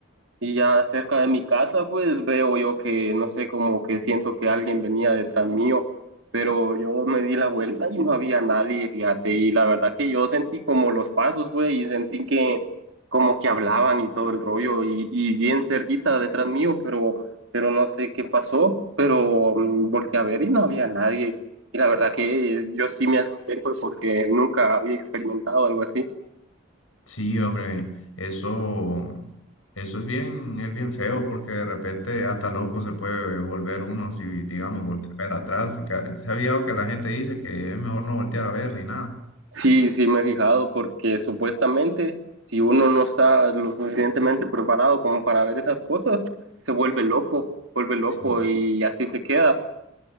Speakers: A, on the right (about 65°); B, on the left (about 85°).
A: Y ya cerca de mi casa, pues veo yo que, no sé, como que siento que alguien venía detrás mío, pero yo me di la vuelta y no había nadie, fíjate, y la verdad que yo sentí como los pasos, pues, y sentí que como que hablaban y todo el rollo, y, y bien cerquita detrás mío, pero, pero no sé qué pasó, pero mm, volteé a ver y no había nadie, y la verdad que yo sí me asusté, pues, porque nunca había experimentado algo así.
B: Sí, hombre, eso, eso es bien, es bien feo porque de repente hasta loco se puede volver uno si, digamos, voltear a ver atrás, porque se ha visto que la gente dice que es mejor no voltear a ver ni nada.
A: Sí, sí, me he fijado porque supuestamente si uno no está lo suficientemente preparado como para ver esas cosas, se vuelve loco, vuelve loco
B: Sí,
A: y así se queda.